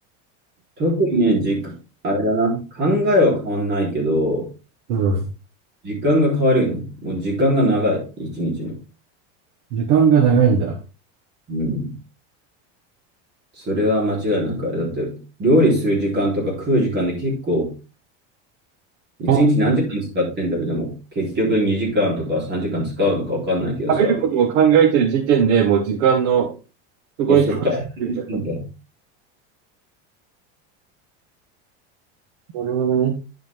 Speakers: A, on the right; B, on the right.
A: 特にね、時間、あれだな。考えは変わんないけど、
B: うん。
A: 時間が変わるよね。もう時間が長い。一日の。
B: 時間が長いんだ。
A: うん。それは間違いなくあれだって、料理する時間とか食う時間で結構、一日何時間使ってんだろう、
B: あ
A: でも、結局2時間とか3時間使うのか分かんないけどさ、
B: 食べることも考えてる時点でもう時間の、そこに集
A: そそっから始めてんだよ、
B: 中しちゃった。なるほどね。